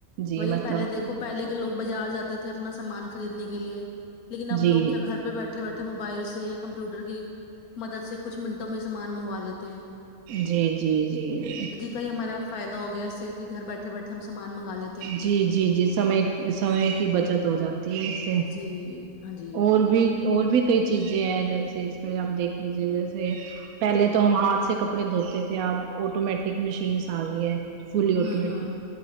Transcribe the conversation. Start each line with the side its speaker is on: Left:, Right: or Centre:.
Right: جی
Left: وہی
Right: مطلب
Left: پہلے دیکھو پہلے کے لوگ بزار جاتے تھے اپنا سامان خریدنے کے لیے لیکن اب
Right: جی
Left: لوگ کیا گھر پہ بیٹھے بیٹھے موبائل سے یا کمپیوٹر کی مدد سے کچھ منٹوں میں یہ سامان منگوا لیتے ہیں
Right: جی جی جی جی
Left: کئی ہمارا فائدہ ہو گیا اس سے کہ گھر بیٹھ بیٹھے سامان منا لے
Right: جی جی جی سمے سمے کی بچت ہو جاتی ہے اس سے
Left: جی ہاں جی
Right: اور بھی اور بھی کئی چیزیں ہیں جیسے اس میں آپ دیکھ لیجیے جیسے پہلے تو ہم ہاتھ سے کپڑے دھوتے تھے ت آپ آٹومیٹک مشینس آ ری ہے فلی آٹومیٹک
Left: ہوں ہوں